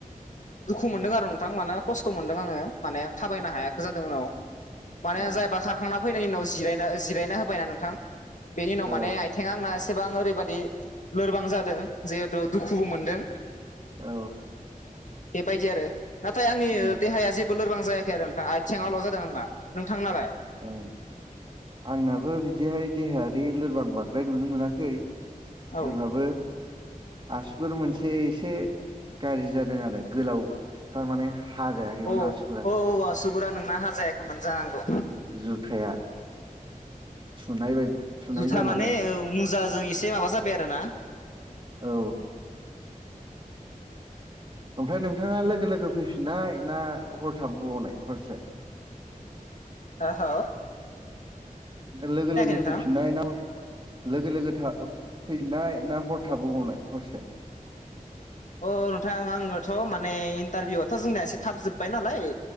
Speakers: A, on the left (about 60°); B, on the right (about 35°).
A: दुखु मोनदों आरो नोंथां मानो खस्थ' मोनदों आङो माने थाबायनो हायाखै जादों उनाव माने
B: औ
A: जायबा खारखांना फैनायनि उनाव जिरायना जिरायना होबायना नोंथां बेनि उनाव
B: औ
A: माने आथिङा आंना एसेबां ओरैबायदि लोरबां जादों जिहेथु दुखुबो मोनदों।
B: औ
A: बेबायदि आरो नाथाय आंनि
B: उम
A: देहाया जेबो लोरबां जायाखै आरो नोंथाङा आथिङाल' जादों आंना नोंथां नालाय
B: अह आंनाबो बिदिहाय देहायारि लोरबां बांद्राय नुनो मोनाखै
A: औ
B: होनबाबो आसुगुर मोनसे एसे गाज्रि जादों आरो गोलाव थारमाने हाजायाखैमोन
A: औ
B: आसुगुरा
A: औ आसुगुरा नोंना हाजायाखैमोन जानांगौ
B: जुथाया थुनाय बायदि थुनाय
A: जुथा
B: जानानै
A: माने मुजाजों एसे माबा जाबाय आरोना
B: औ ओमफ्राय नोंथाङा लोगो लोगो फैफिननाय ना हर थाबोबावनाय हरसे
A: आ ह <unintelligible>
B: लोगो लोगो
A: नोंथां
B: फैफिननाय ना लोगो लोगो था फैनाय ना हर थाबोबावनाय हरसे।
A: औ नोंथां आंनोथ' माने इन्टारभिउ आथ' जोंनिया एसे थाब जोब्बाय नालाय